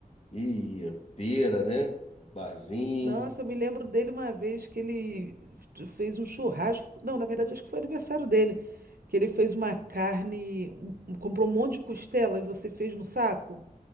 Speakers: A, on the left; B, on the right.
A: E ia, feira, né? Barzinho.
B: Nossa, eu me lembro dele uma vez que ele fez um churrasco. Não, na verdade, acho que foi aniversário dele. Que ele fez uma carne, um- um, comprou um monte de costela e você fez no saco?